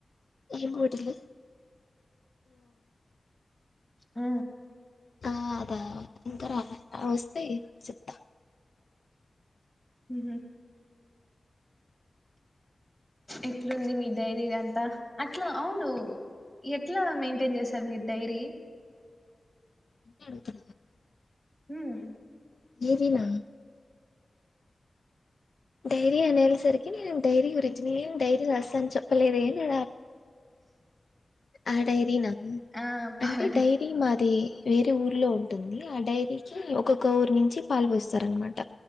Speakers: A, on the left; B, on the left.
A: ఏం బటిల్
B: ఆ
A: ఆ అదా ఇంకరాల వస్తే చర్
B: ఉ. హు ఎట్లుంది మీ డైరీంతా అట్లా అవును ఎట్లా మెయింటైన్ చేస్తారు మీరు డైరీ
A: అన్ని అతు
B: ఉహు
A: ఏ దెనా డైరీ అనే సరికి నేను డైరీ గురించి నను డైరీ రాస్తాను చెప్పలేదుేలో ఆ డైరీ నాన్న
B: ఆ పాల
A: అంటే డైరీ మాది వేరే ఊర్లో ఉంటుంది ఆ డైరీకి ఒక్కొక్క ఊరు నుంచి పాల్ పోొస్తారు అనమాట